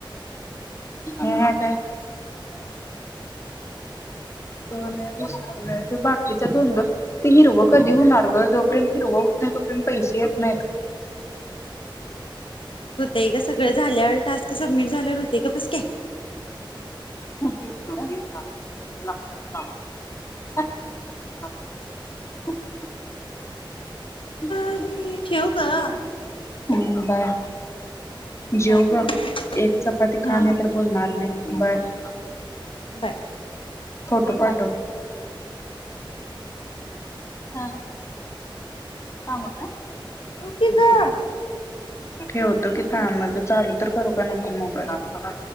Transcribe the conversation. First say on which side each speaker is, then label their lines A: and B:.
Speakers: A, on the left; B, on the left.
A: हह्या काय सोन सोन ते बाटकीच्या दोन ते हिरव कधी होणार ग जोपर्यंत हिरव होत नाय तोपर्यंत पैसे येत नाहीत.
B: होतय ग सगळं झाल्यावर टास्क सबमिट झाल्यावर होते गप बस की
A: <inaudible> <inaudible>
B: की ठेव ग
A: हम् बाय जेव
B: बाय बाय
A: गप एक चपाती
B: हा
A: खा नाहीतर
B: हा
A: बोलणार नाय बर <inaudible>
B: बाय.
A: फोटो पाठव. हा हा हा
B: तीच
A: ठेवतो की काममध्ये चालू तर करू का नको मोबाईल